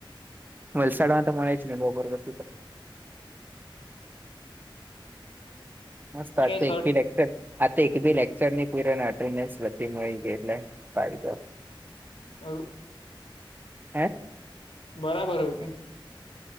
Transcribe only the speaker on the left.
<unintelligible>
શર્ટ
અ.
બરાબર હો કે.